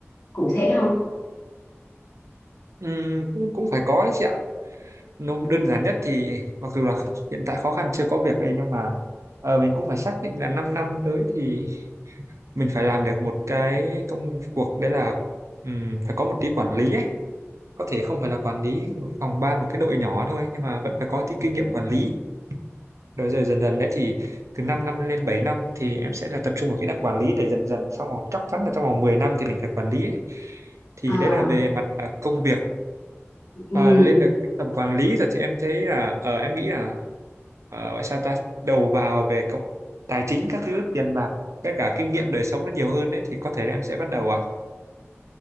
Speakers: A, on the left; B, on the right.
A: cụ thể không
B: Ừm, cũng cũng phải có đấy chị ạ. Nó đơn giản nhất thì mặc dù là hiện tại khó khăn chưa có việc đây nhưng mà ờ, mình cũng phải xác định là 5 năm năm tới thì mình phải làm được một cái công cuộc đấy là ừm, phải có một tí quản lý ấy có thể không phải là quản lý một phòng ban một cái đội nhỏ thôi nhưng mà vẫn phải có tí kinh nghiệm quản lý rồi rồi dần dần đấy thì từ 5 năm lên bảy năm thì em sẽ là tập trung vào kỹ năng quản lý để dần dần xong rồi chắc chắn là trong vòng 10 năm thì mình phải quản lý ấy. thì
A: à
B: đấy là về mặt à, công việc
A: ừ
B: và lên được cái tầm quản lý rồi thì em thấy là ờ, em nghĩ là ờ, gọi sao ta đầu vào về công, tài chính các thứ tiền bạc tất cả kinh nghiệm đời sống nó nhiều hơn đấy thì có thể là em sẽ bắt đầu à